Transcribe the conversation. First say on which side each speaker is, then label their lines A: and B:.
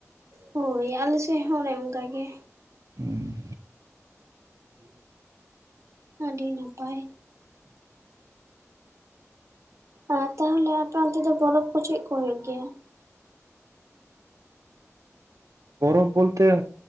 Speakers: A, on the right; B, on the right.
A: ᱦᱳᱭ ᱟᱞᱮ ᱥᱮᱫ ᱦᱚᱸ ᱚᱱᱮ ᱚᱱᱠᱟ ᱜᱮ
B: ᱩᱸ <inaudible>
A: ᱟᱹᱰᱤ ᱱᱟᱯᱟᱭ ᱟᱨ ᱛᱟᱦᱚᱞᱮ ᱟᱯᱮ ᱚᱱᱛᱮ ᱫᱚ ᱯᱚᱨᱚᱵᱽ ᱠᱚ ᱪᱮᱫ ᱠᱚ ᱦᱩᱭᱩᱜ ᱜᱮᱭᱟ?
B: ᱯᱚᱨᱚᱵᱽ ᱵᱚᱞᱛᱮ